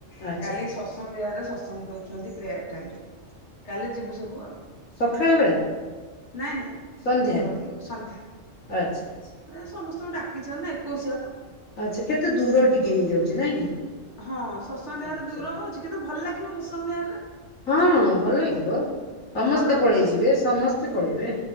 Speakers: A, on the left; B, on the left.
A: ଆଚ୍ଛା
B: କାଲି
A: ଆଚ୍ଛା
B: ଶଶ ତସ୍ଙ୍ଗ ବିହାରରେ ସତ୍ସଙ୍ଗ ଦଉଚନ୍ତି ପ୍ରେୟାର ଟାଇମରେ କାଲି ଯିବୁ ସବୁ।
A: ସଖାଳ ବେଳା?
B: ନାଇଁ ନାଇଁ
A: ସନ୍ଧ୍ୟାରେ
B: ଅ ସନ୍ଧ୍ୟା।
A: ଆଚ୍ଛା ଆଚ୍ଛା
B: ଏ ସମସ୍ତଙ୍କୁ ଡାକିଛନ୍ତି ନା ଏକୋଇଶିଆ ତ।
A: ଆଚ୍ଛା କେତେ ଦୂର ଟିକେ ହେଇଯାଉଚି ନାଇଁ କି?
B: ହଁ ଶତ୍ସଙ୍ଗ ଦେହରେ
A: ଆଚ୍ଛା
B: ଦୂର ହଉଚି, କିନ୍ତୁ ଭଲ ଲାଗିବ ଶତ୍ସଙ୍ଗ ବିହାର ରେ।
A: ହଁ ଭଲ ହେଇଥିବ, ସମସ୍ତେ
B: ଘର
A: ପଳେଇ
B: ଅପେକ୍ଷା
A: ଯିବେ
B: ସ
A: ସମସ୍ତେ ପଳେଇବେ।